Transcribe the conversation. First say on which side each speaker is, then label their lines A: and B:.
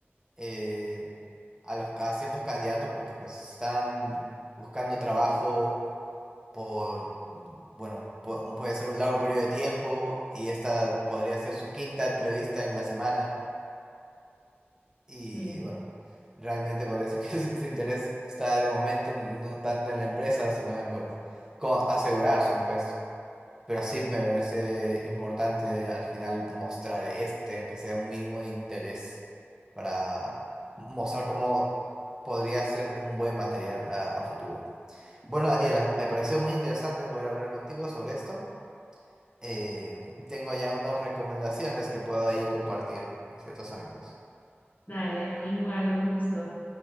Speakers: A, on the right; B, on the left.
A: eh, a los a ciertos candidatos porque pues están buscando trabajo por, mm, bueno, pu- puede ser un largo periodo de tiempo y esta podría ser su quinta entrevista en la semana y
B: Sí.
A: bueno, realmente parece que <laughs> su su interés está de momento no tanto en la empresa, sino en, bueno, co- asegurarse un puesto. Pero sí me parece importante al final mostrar este, aunque sea un mínimo de interés, para mostrar cómo podría ser un buen material a, a futuro. Bueno, Daniela, me pareció muy interesante poder hablar contigo sobre esto. Eh, tengo ya unas recomendaciones que puedo ahí compartir a ciertos amigos.
B: Dale, a mí igual, un gusto.